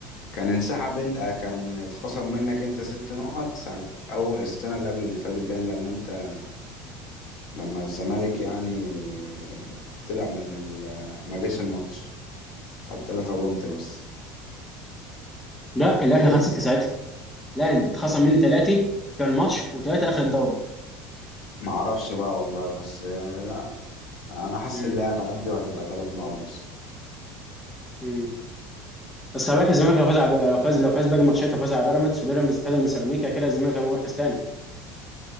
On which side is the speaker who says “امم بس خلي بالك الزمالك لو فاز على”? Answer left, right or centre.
Left